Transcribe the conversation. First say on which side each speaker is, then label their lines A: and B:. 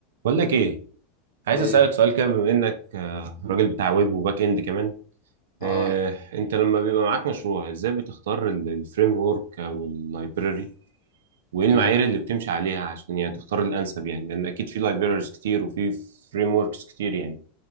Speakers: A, on the right; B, on the left.
A: بقول لك ايه عايز
B: ايه
A: اسالك سؤال كده بما انك آه، راجل بتاع ويب وباك اند كمان
B: اه
A: آه، انت لما بيبقى معاك مشروع ازاي بتختار الفريم ورك او اللايبراري وايه المعايير
B: امم
A: اللي بتمشي عليها عشان يعني تختار الانسب يعني لان اكيد في لايبراريز كتير وفي فريم وركس كتير يعني